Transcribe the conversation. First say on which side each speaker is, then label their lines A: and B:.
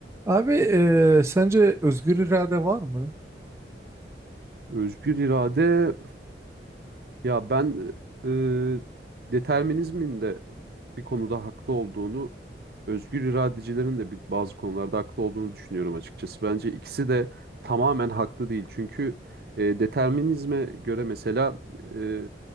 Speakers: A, on the right; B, on the right.
A: Abi eee, sence özgür irade var mı?
B: Özgür irade ya ben e, determinizmin de bir konuda haklı olduğunu, özgür iradecilerin de bir- bazı konularda haklı olduğunu düşünüyorum açıkçası. Bence ikisi de tamamen haklı değil. Çünkü e, determinizme göre mesela e,